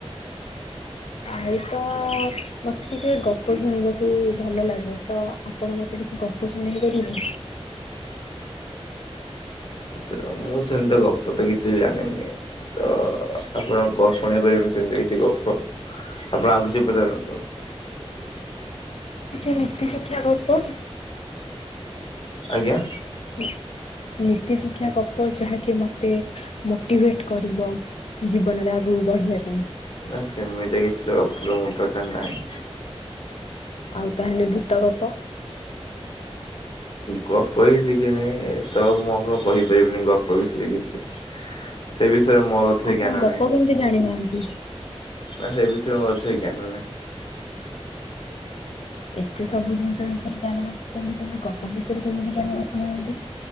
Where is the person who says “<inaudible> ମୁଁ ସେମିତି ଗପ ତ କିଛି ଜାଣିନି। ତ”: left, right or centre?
Left